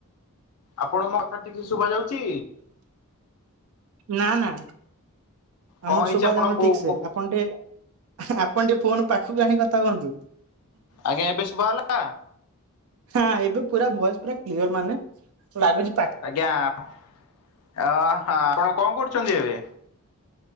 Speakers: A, on the left; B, on the right.
A: ଆପଣ ମୋ କଥା ଠିକସେ ଶୁଭା ଯାଉଚି।
B: ନା ନା।
A: କଣ
B: ଆମକୁ
A: ହେଇଛି
B: ସୁବା
A: ଆପଣ
B: ଯାଉନି
A: କୋଉ
B: ଠିକ ସେ
A: କୋ
B: ଆପଣ ଟିକେ ଆପଣ ଟିକେ ଫୋନ ପାଖକୁ ଆଣିି କଥା ହୁଅନ୍ତୁ।
A: ଆଜ୍ଞା ଏବେ ଶୁବା ହେଲା।
B: ହଁ ଏବେ ପୁରା ଭଏସ ପୁରା କ୍ଲିୟର ମାନେ ଲାଗୁଚି
A: ଆଜ୍ଞା ଆପ୍ ଅ ହଁ ଆପଣ କଣ କରୁଛନ୍ତି ଏବେ?